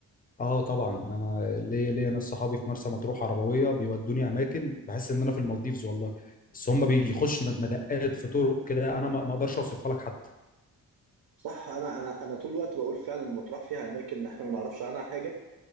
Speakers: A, on the left; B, on the right.
A: اه طبعا انا ليا ليا ناس صحابي في مرسى مطروح عربويه بيودوني اماكن بحس ان انا في المالديفز والله بس هم بيخشوا مدقات في طرق كده انا ما ما اقدرش اوصفها لك حتى
B: صح انا انا انا طول الوقت بقول فعلا مطروح فيها اماكن احنا ما نعرفش عنها حاجه